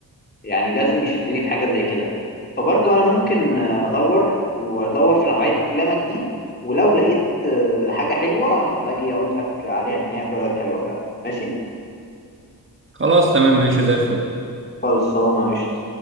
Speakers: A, on the left (about 25°); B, on the right (about 30°).
A: يعني لازم يشدني في حاجة زي كده فبرضو انا ممكن ادور وادور في نوعية افلامك دي ولو لقيت آه، حاجة حلوة هبقى اجي اقول لك عليها ان هي طلعت حلوة فعلا ماشي
B: خلاص تمام ماشي زي الفل
A: خلصانة قشطة